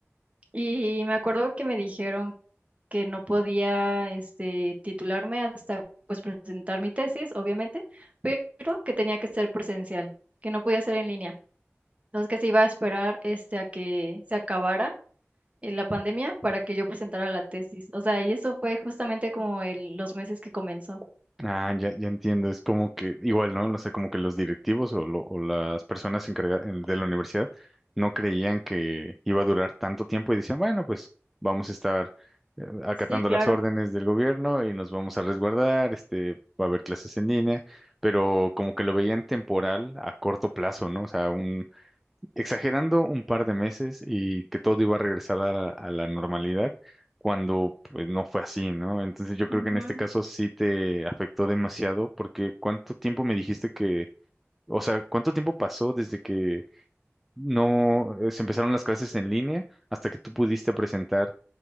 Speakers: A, on the right; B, in the centre.
A: Y me acuerdo que me dijeron que no podía este, titularme hasta pues presentar mi tesis, obviamente, pero que tenía que ser presencial, que no podía ser en línea. Entonces que se iba a esperar este, a que se acabara eh, la pandemia para que yo presentara la tesis. O sea, y eso fue justamente como el- los meses que comenzó.
B: Ah, ya, ya entiendo, es como que igual, ¿no? O sea, como que los directivos o, lo- o las personas encargadas de la universidad no creían que iba a durar tanto tiempo y decían, bueno, pues vamos a estar eh, acatando
A: Sí, claro.
B: las órdenes del gobierno y nos vamos a resguardar, este, va a haber clases en línea, pero como que lo veían temporal a corto plazo, ¿no? O sea, exagerando un par de meses y que todo iba a regresar a, a la normalidad cuando pues no fue así, ¿no? Entonces yo creo
A: Ujú.
B: que en este caso sí te afectó demasiado porque ¿cuánto tiempo me dijiste que, o sea, cuánto tiempo pasó desde que no eh, se empezaron las clases en línea hasta que tú pudiste presentar